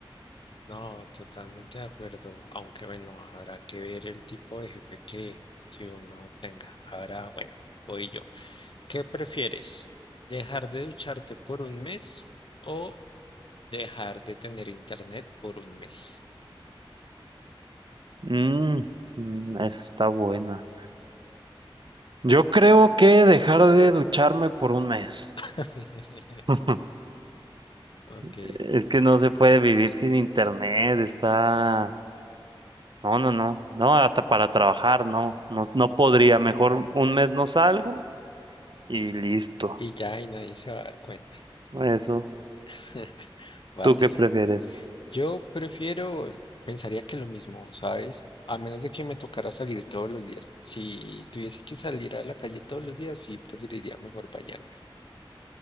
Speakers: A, on the left; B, on the right.
A: No, totalmente de acuerdo, aunque bueno, habrá que ver el tipo de jefe que, que uno tenga. Ahora, bueno, voy yo. ¿Qué prefieres? ¿Dejar de ducharte por un mes o dejar de tener internet por un mes?
B: Mm, mm, esa está buena. Yo creo que dejar de ducharme por un mes.
A: <laughs>
B: <laughs>
A: Ok.
B: Es que no se puede vivir sin internet, está... No, no, no, no, hasta para trabajar, no, no, no podría, mejor un mes no salgo y listo.
A: Y ya, y nadie se va a dar cuenta.
B: Eso,
A: <laughs> Vale.
B: ¿tú qué prefieres?
A: Yo prefiero, pensaría que lo mismo, ¿sabes? A menos de que me tocara salir todos los días. Si tuviese que salir a la calle todos los días, sí preferiría mejor bañarme.